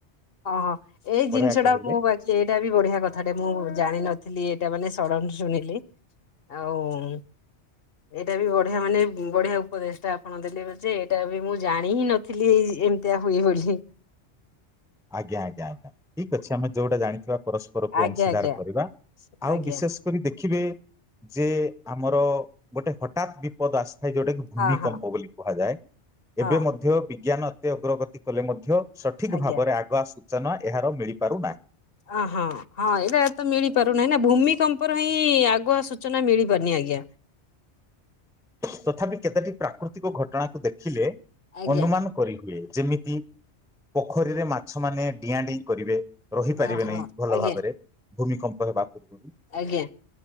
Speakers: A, on the left (about 60°); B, in the centre.
A: ଅହ ଏଇ
B: ବଢିଆ
A: ଜିନିଷଟା
B: କହିଲେ
A: ମୁଁ ବା କିଷଏଇଟା ବି ବଢିଆ କଥାଟେ ମୁଁ ଜାଣିନଥିଲି ଏଇଟା ମାନେ ସଡନ୍ ଶୁଣିଲି। ଆଉ ଏଇଟା ବି ବଢିଆ ମାନେ ବଢିଆ ଉପଦେଶଟା ଆପଣ ଦେଲେ ଯେ ଏଇଟା ବି ମୁଁ ଜାଣି ହିଁ ନ ଥିଲି ଏମିତିଆ ହୁଏବୋଲି।
B: ଆଜ୍ଞା ଆଜ୍ଞା ଆଜ୍ଞା ଠିକ ଅଛି ଆମେ ଯୋଉଟା ଜାଣିଥିବା ପରସ୍ପରକୁ
A: ଆଜ୍ଞା
B: ଅଂଶୀଦାର
A: ଆଜ୍ଞା
B: କରିବା ଆଉ
A: ଆଜ୍ଞା
B: ବିଶେଷ୍ ଶ୍ କରି ଦେଖିବେ ଯେ ଆମର ଗୋଟେ ହଠାତ୍ ବିପଦ ଆସିଥାଏ ଯୋଉଟା କି ଭୂମିକମ୍ପ
A: ହଁ ହଁ
B: ବୋଲି କୁହାଯାଏ। ଏବେ
A: ହଁ
B: ମଧ୍ୟ ବିଜ୍ଞାନ ଏତେ ଅଗ୍ରଗତି କଲେ ମଧ୍ୟ ସଠିକ୍
A: ଆଜ୍ଞା
B: ଭାବରେ ଆଗୁଆ ସୂଚନା ଏହାର ମିଳିପାରୁନାହିଁ।
A: ଆହଁ। ହଁ ଏଇଟା ତ ମିଳିପାରୁନାଇଁ ନା ଭୂମିକମ୍ପର ହିଁ ଆଗୁଆ ସୂଚନା ମିଳିପାରୁନି ଆଜ୍ଞା।
B: ତଥାପି କେତେଟି ପ୍ରାକୃତିକ ଘଟଣାକୁ ଦେଖିଲେ
A: ଆଜ୍ଞା
B: ଅନୁମାନ କରିହୁଏ, ଯେମିତି ପୋଖରୀରେ ମାଛ ମାନେ ଡିଆଁ ଡେଇଁ କରିବେ ରହିପାରିବେ
A: ଓହୋ
B: ନାହିଁ ଭଲ
A: ଆଜ୍ଞା
B: ଭାବରେ ଭୂମିକମ୍ପ ହେବା ପୂର୍ବରୁ।
A: ଆଜ୍ଞା।